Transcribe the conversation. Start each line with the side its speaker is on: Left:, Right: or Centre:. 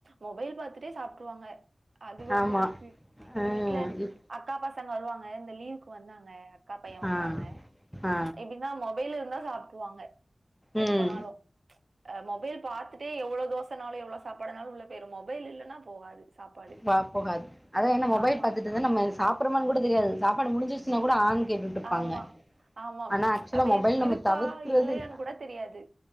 Right: மொபைல் பாத்துட்டே சாப்ட்ருவாங்க அது ஒன்னுருக்கு
Centre: ஆமா ஆ
Right: எங்க வீட்ல
Centre: இப்
Right: அக்கா பாசங்க வருவாங்க இந்த லீவுக்கு வந்தாங்க அக்கா பையே
Centre: ஆ
Right: வந்தாங்க
Centre: ஆ
Right: எப்டின்னா மொபைல் இருந்தா <unintelligible> புவாங்க
Centre: ம்
Right: எப்பனாலு அ மொபைல் பாத்துட்டே எவ்ளோ தோ சன்னாலு எவ்ளோ சாப்பாடுனாலு உள்ள இல்லன்னா போகாது சாப்பாடு
Centre: வா போகாது அதான் என்ன மொபைல்
Right: ஆமா
Centre: பாத்துட்டுதா நம்ம சாப்புட்றோமோன் கூட தெரியாது சாப் பாடு முடிஞ்சிஸ்சுன்னா கூட ஆங் கேட்டுட்ருப்பாங்க
Right: ஆமா ஆமா
Centre: ஆனா ஆக்சுலா
Right: அப்டியே
Centre: மொபைல் நம்ம
Right: இருக்கா
Centre: தவுர்க்குறது
Right: இல்லையான்னு
Centre: அ
Right: கூட தெரியாது